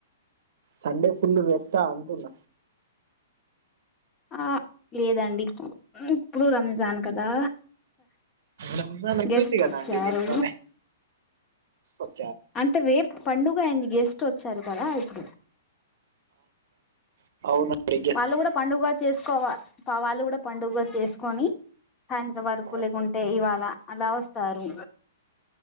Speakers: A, on the right; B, on the left.
A: సండే ఫుల్ రెస్టా అంటున్న
B: ఆ లేదండి ఇప్పుడు రంజాన్ కదా
A: రంజన్ అయిపోయింది
B: గెస్ట్
A: కదా
B: వచ్చారు
A: అండి నిన్న నే ఒక్
B: అంటే రేపు పండుగ అయింది గెస్ట్ వచ్చారు కదా ఇప్
A: ఆ అవునండి
B: వాళ్ళు కూడ పండుగ చేసుకోవ వాళ్ళు కూడా పండుగ చేసుకొని సాయంత్ర వర్కు
A: గెస్ట్
B: లేకు ఉంటే ఇవాళ అలా వస్ తరు